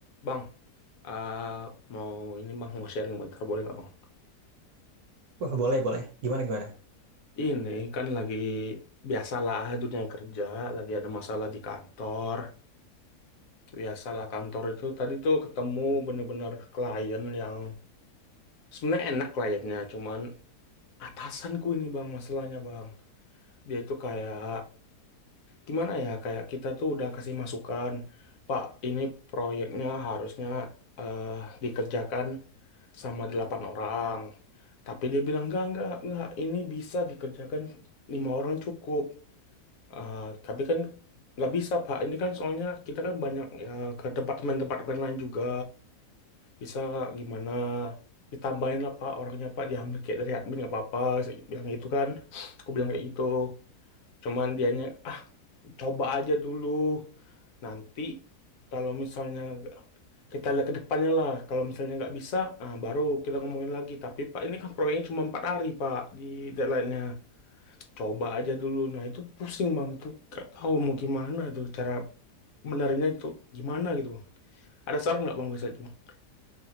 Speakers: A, on the left (about 65°); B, on the right (about 70°).
A: Bang, eh, mau ini bang mau sharing bentar boleh nggak bang?
B: Wah, boleh, boleh. Gimana, gimana?
A: Ini kan lagi biasalah ah, dunia kerja, lagi ada masalah di kantor. Biasalah kantor itu tadi tuh ketemu bener-bener klien yang sebenarnya enak kliennya, cuman atasanku ini bang masalahnya bang. Dia itu kayak gimana ya? Kayak kita tuh udah kasih masukan, Pak, ini proyeknya harusnya eh, dikerjakan sama delapan orang. Tapi dia bilang, enggak, enggak, enggak, ini bisa dikerjakan lima orang cukup. Eh, tapi kan nggak bisa, Pak. Ini kan soalnya kita kan banyak ya ke departemen-departemen lain juga. Bisa nggak, gimana? Ditambahin lah, Pak, orangnya, Pak. Diambil kayak dari admin, nggak apa-apa. Saya Bilang itu kan. Aku bilang kayak gitu. Cuman dianya, ah, coba aja dulu nanti kalau misalnya kita lihat ke depannya lah kalau misalnya nggak bisa ah, baru kita ngomongin lagi tapi Pak ini kan proyeknya cuma empat hari Pak di deadline-nya coba aja dulu nah itu pusing Bang itu nggak tahu mau gimana itu cara benarnya itu gimana gitu Bang ada saran nggak Bang bisa aja Bang